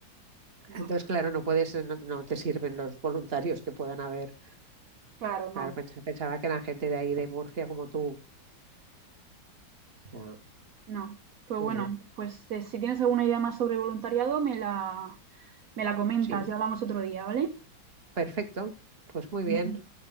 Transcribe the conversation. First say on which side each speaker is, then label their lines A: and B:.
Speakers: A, on the right (about 60°); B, on the right (about 35°).
A: no.
B: Entonces, claro, no puedes, no, no te sirven los voluntarios que puedan haber.
A: Claro, no.
B: Claro, pens- pensaba que eran gente de ahí, de Murcia, como tú. Ya,
A: No. Pues
B: muy
A: bueno,
B: bien.
A: pues eh, si tienes alguna idea más sobre voluntariado, me la, me la comentas
B: Sí,
A: y hablamos otro día, ¿vale?
B: perfecto. Pues muy bien.
A: Ven,